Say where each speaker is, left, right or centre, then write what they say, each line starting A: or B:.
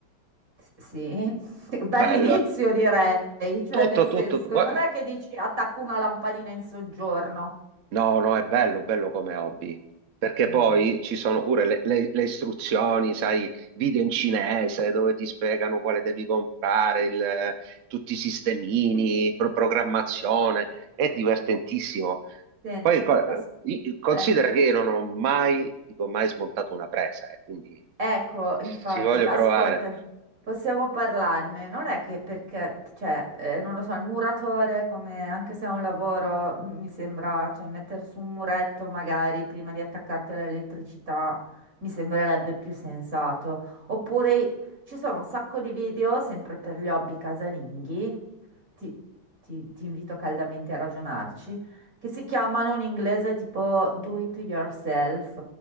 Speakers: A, on the right; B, on the right.
A: Sì, <laughs> bell'inizio
B: Bello.
A: direi, cioè
B: Tutto,
A: nel senso,
B: tutto. Voi-
A: non è che dici attacco una lampadina in soggiorno.
B: No, no, è bello, bello come hobby, perché
A: Mm.
B: poi ci sono pure le, le- le istruzioni, sai, video in cinese dove ti spiegano quale devi comprare, il- tutti i sistemini,
A: <laughs>
B: pro- programmazione, è divertentissimo.
A: Senti,
B: Poi co-
A: ascolta.
B: i- considera che io non ho mai, dico mai smontato una presa, eh, quindi
A: Ecco, infatti,
B: ci voglio
A: ascolta,
B: provare.
A: possiamo parlarne. Non è che perché, cioè, eh, non lo so, il muratore, come, anche se è un lavoro, m- mi sembra, cioè, mettere su un muretto magari prima di attaccarti all'elettricità mi sembrerebbe più sensato. Oppure ci sono un sacco di video, sempre per gli hobby casalinghi, ti, ti ti invito caldamente a ragionarci, che si chiamano in inglese tipo do it yourself,